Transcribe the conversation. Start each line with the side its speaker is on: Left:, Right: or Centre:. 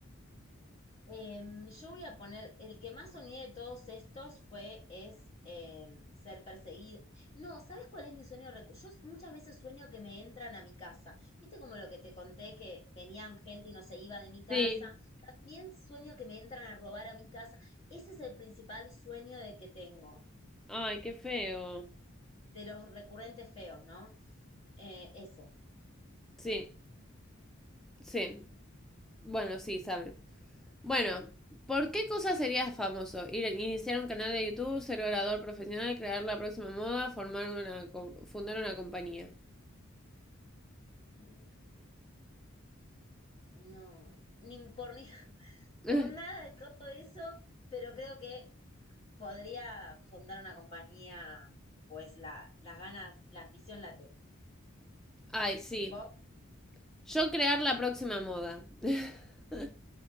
Left: Em, yo voy a poner, el que más soñé de todos estos fue, es em, ser perseguido. No, ¿sabes cuál es mi sueño recu- Yo s- muchas veces sueño que me entran a mi casa. ¿Viste como lo que te conté que venían gente y no se iba de mi casa?
Centre: Sí,
Left: También sueño que me entran a robar a mi casa. Ese es el principal sueño de que tengo,
Centre: Ay, qué feo.
Left: de los recurrentes feos, ¿no? Eh, ese.
Centre: Sí, sí. Bueno, sí, sabe. Bueno, ¿por qué cosa serías famoso? Ir, iniciar un canal de YouTube, ser orador profesional, crear la próxima moda, formar una, co- fundar una compañía.
Left: Mm, No, ni por, ni, <laughs>
Centre: <laughs>
Left: por nada de todo eso, pero creo que podría fundar una compañía, pues la, las ganas, la ambición la tengo.
Centre: Ay, sí.
Left: ¿Vos?
Centre: Yo crear la próxima moda. <laughs>